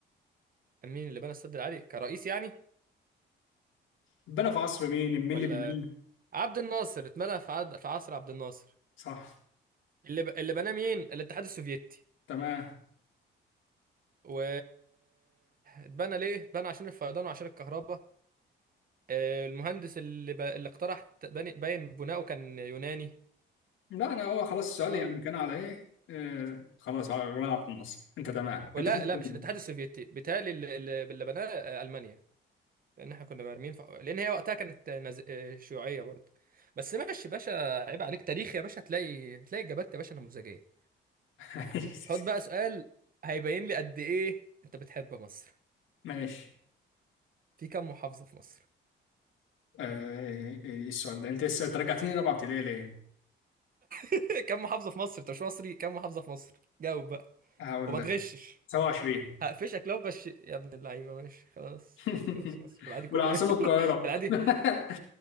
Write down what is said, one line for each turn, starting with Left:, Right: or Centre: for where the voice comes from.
Right: مين اللي بنى السد العالي كرئيس يعني
Left: بنى في عصر مين مين
Right: ولا
Left: اللي بناه
Right: عبد الناصر اتمنى في عد- في عصر عبد الناصر
Left: صح
Right: اللي ب... اللي بناه مين الاتحاد السوفيتي
Left: تمام
Right: و اتبنى ليه اتبنى عشان الفيضان وعشان الكهرباء آه، المهندس اللي ب... اللي اقترح ت- بني... باين بناؤه كان يوناني
Left: لا انا هو خلاص السؤال
Right: اه
Left: يعني كان على ايه آه خلاص على جمال عبد الناصر انت تمام
Right: ولا
Left: انت زي الفل
Right: لا مش الاتحاد السوفيتي بيتهيألي اللي, اللي اللي بناه آه، المانيا لان احنا كنا مرمين ف... لان هي وقتها كانت نز... آه، شيوعيه برضه بس ماشي يا باشا عيب عليك تاريخ يا باشا هتلاقي هتلاقي اجابات يا باشا نموذجيه
Left: <laughs>
Right: خد بقى سؤال هيبين لي قد ايه انت بتحب مصر
Left: ماشي
Right: في كم محافظه في مصر
Left: آه إيه إيه، إيه السؤال ده انت لسه ترجعتني رابعه ابتدائي ليه
Right: <laughs> كم محافظة في مصر؟ انت مش مصري كم محافظة في مصر؟ جاوب بقى
Left: هقول
Right: وما
Left: لك
Right: تغشش
Left: 27
Right: هقفشك لو غش يا ابن اللعيبة ماشي خلاص
Left: <laughs>
Right: بس بس في العادي كله
Left: والعاصمة
Right: <laughs> في
Left: القاهرة
Right: العادي
Left: <laughs>